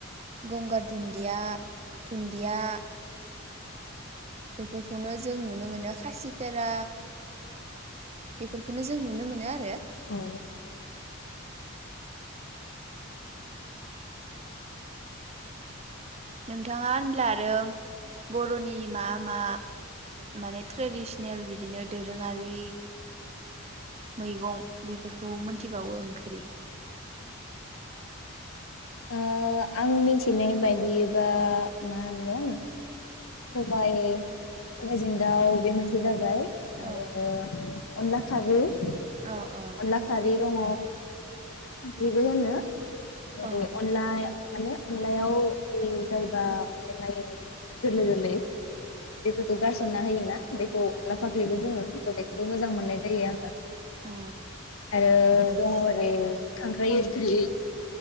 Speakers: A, on the right (about 30°); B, on the left (about 70°).
A: गंगार दुनदिया दुनदिया बेफोरखौनो जों नुनो मोनो खासिथारा बेफोरखौनो जों नुनो मोनो आरो
B: औ
A: नोंथाङा होनब्ला आरो बर'नि मा मा माने ट्रेडिसनेल बिदिनो दोरोङारि मैगं बेफोरखौ मोनथिबावो ओंख्रि
B: ओ आं मिनथिनाय बायदिबा मा होनगोन सबाइ सबाइजों दाउ बे मोनसे जाबाय आरो
A: औ
B: अनला खारै
A: अ अ
B: अनला खारै दङ बेबो होनो
A: अ
B: जे अनला माने अनलायाव बे जायोबा बिलाइ गोरलै गोरलै बेफोरखौ गारसनना होयोना बेखौ लाफा खारै बुङो थ' बेखौबो मोजां मोननाय जायो आङो
A: ओ
B: आरो दङ ओरै खांख्राइ इंख्रि